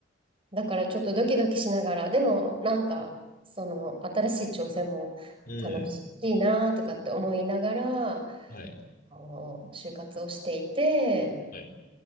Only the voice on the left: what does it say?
うん。
はい。
はい。